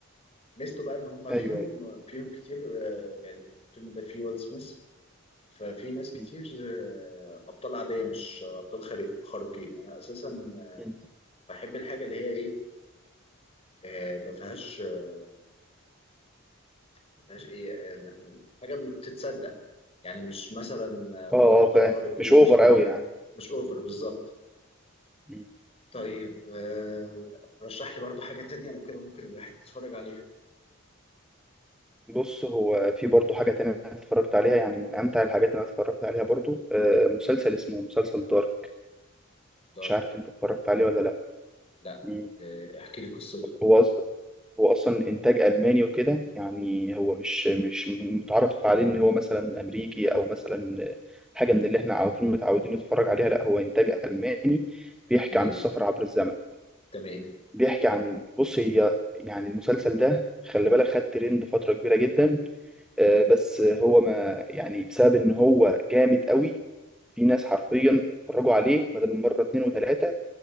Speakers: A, on the left (about 30°); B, in the centre.
A: ميزته بقى ان هم
B: ايوه
A: فيهم
B: ايوه
A: فيهم كتير آه، يعني الفيلم ده فيه ويل سميث ففي ناس كتير
B: مم.
A: آه، ابطال عاديه مش ابطال خارج خارقين انا اساسا
B: مم.
A: بحب الحاجه اللي هي ايه آه، ما فيهاش آه، ما فيهاش ايه آه، م- حاجه بتتصدق يعني مش مثلا آه،
B: اه اه
A: ابطال
B: فاهم
A: خارقين
B: مش اوفر
A: وسوبرمان
B: قوي يعني
A: مش اوفر بالظبط
B: مم.
A: طيب آه، رشح لي برضو حاجه تانية لو كده ممكن الواحد يتفرج عليها
B: بص هو في برضه حاجه تانية أنا اتفرجت عليها يعني من امتع الحاجات اللي انا اتفرجت عليها برضه آه، مسلسل اسمه مسلسل دارك
A: دارك
B: مش عارف انت اتفرجت عليه ولا لا
A: لا
B: مم.
A: آه، احكي لي قصته
B: هو اصلا هو اصلا انتاج الماني وكده يعني هو مش مش متعرف عليه ان هو مثلا امريكي او مثلا حاجه من اللي احنا عارفين متعودين نتفرج عليها لا هو انتاج الماني بيحكي
A: تمام
B: عن السفر عبر الزمن
A: تمام
B: بيحكي عن بص هي يعني المسلسل ده خلي بالك خد ترند فترة كبيرة جدا آه، بس هو ما يعني بسبب ان هو جامد قوي في ناس حرفيا اتفرجوا عليه بدل من مرة اتنين وتلاتة